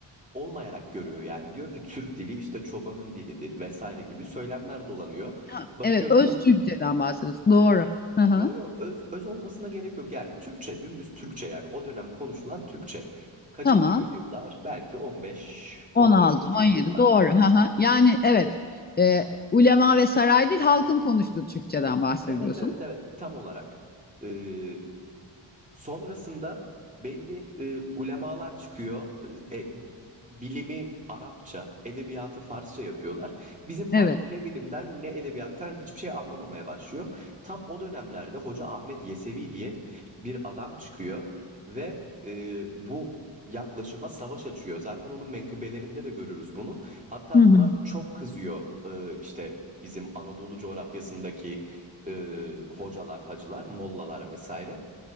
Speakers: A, on the right; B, on the left.
A: olmayarak görüyor. Yani diyor ki Türk dili işte çobanın dilidir vesaire gibi söylemler dolanıyor.
B: Ha,
A: Bakıyorsun
B: evet öz Türkçeden bahsediyoruz. Doğru. Hı hı.
A: Yo yo öz, öz olmasına gerek yok yani Türkçe dümdüz Türkçe yani o dönem konuşulan Türkçe. Kaçıncı
B: Tamam.
A: yüzyıllar? Belki on beş
B: on
A: on 14.
B: altı,
A: yüzyıllar.
B: 17. doğru. Hı hı. Yani evet e, ulema ve saray değil halkın konuştuğu Türkçeden bahsediyorsun.
A: Evet evet evet tam olarak. Ee, Sonrasında belli e, ulemalar çıkıyor. E, e, bilimi Arapça, edebiyatı Farsça yapıyorlar. Bizim halk
B: Evet.
A: ne bilimden ne edebiyattan hiçbir şey anlamamaya başlıyor. Tam o dönemlerde Hoca Ahmet Yesevi diye bir adam çıkıyor ve e, bu yaklaşıma savaş açıyor. Zaten onun menkıbelerinde de görürüz bunu. Hatta
B: Hı hı.
A: buna çok kızıyor e, işte bizim Anadolu coğrafyasındaki e, hocalar, hacılar, mollalar vesaire.